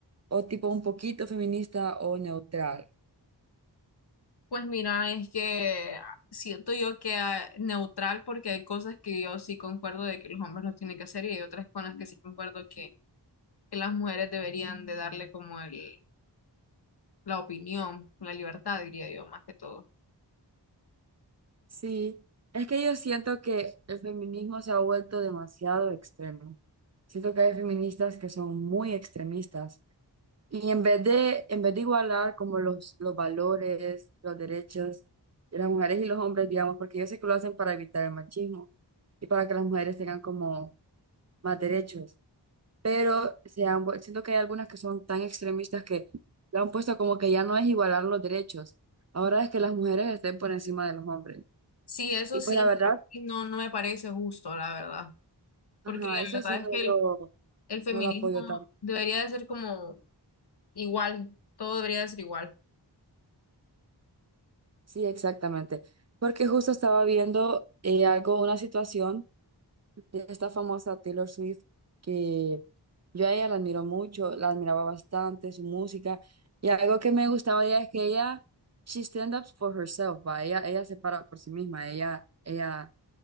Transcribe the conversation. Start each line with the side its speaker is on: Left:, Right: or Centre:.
Right: o tipo un poquito feminista o neutral?
Left: pues mira, es que siento yo que ah, neutral porque hay cosas que yo sí concuerdo de que los hombres lo tienen que hacer y hay otras con las que sí concuerdo que, que las mujeres deberían de darle como el, la opinión, la libertad, diría yo, más que todo.
Right: Sí, es que yo siento que el feminismo se ha vuelto demasiado extremo. Siento que hay feministas que son muy extremistas Y en vez de, en vez de igualar como los, los valores, los derechos de las mujeres y los hombres, digamos, porque yo sé que lo hacen para evitar el machismo y para que las mujeres tengan como más derechos, pero se han vuel- siento que hay algunas que son tan extremistas que lo han puesto como que ya no es igualar los derechos, ahora es que las mujeres estén por encima de los hombres.
Left: Sí, eso
Right: Y
Left: sí,
Right: pues la verdad,
Left: y no, no me parece justo, la verdad, porque
Right: ajá,
Left: la
Right: eso
Left: verdad
Right: sí no
Left: es que
Right: lo,
Left: el, el feminismo
Right: no lo apoyo tanto.
Left: debería de ser como igual, todo debería de ser igual.
Right: Sí, exactamente. Porque justo estaba viendo eh, algo, una situación de esta famosa Taylor Swift, que yo a ella la admiro mucho, la admiraba bastante, su música, y algo que me gustaba de ella es que ella, she stand up for herself, va, ella, ella se para por sí misma, ella, ella,